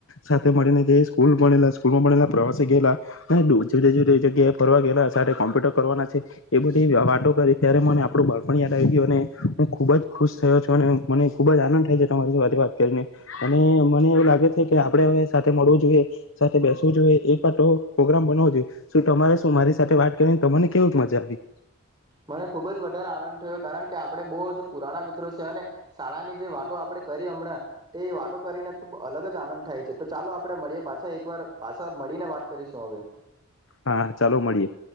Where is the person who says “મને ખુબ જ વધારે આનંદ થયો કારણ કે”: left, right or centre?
Right